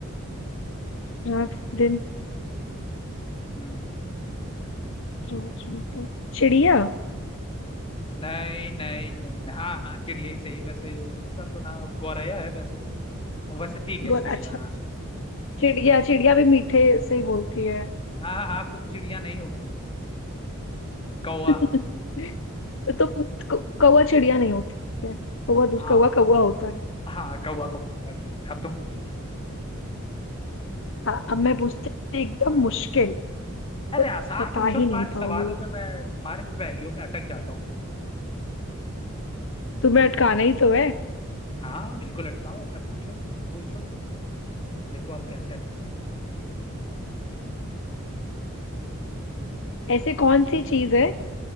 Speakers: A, on the left; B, on the left.
A: रात दिन
B: हम्म,
A: रोज मीठे चिड़िया
B: नहीं नहीं नहीं हाँ हाँ चिड़िया ही सही है वैसे उसका तो नाम गौरैया है वैसे वैसे ठीक है
A: गोल
B: चिड़िया
A: अच्छा
B: हाँ
A: चिड़िया चिड़िया भी मीठे से ही बोलती है
B: हाँ हाँ कुछ चिड़िया नहीं होती कौवा
A: <laughs> तो तुम क- कौवा चिड़िया नहीं होती है कौवा दूध
B: हाँ
A: कौवा कौवा होता है
B: हाँ कौवा कौवा ठीक है अब तुम पूछो चलो
A: हाँ अब मैं पूछती हूँ, एकदम
B: हाँ
A: मुश्किल
B: अरे
A: तुम
B: आसान
A: बता
B: पूछो
A: ही
B: तुम्हारे
A: नहीं पाओगे
B: सवालों पे मैं तुम्हारे पहेलियों में अटक जाता हूँ मैं
A: तुम्हें अटकाना ही तो है
B: हाँ बिल्कुल अटकाओ अच्छा पूछो पूछो देखो आप कैसे अटकते
A: ऐसे कौन सी चीज है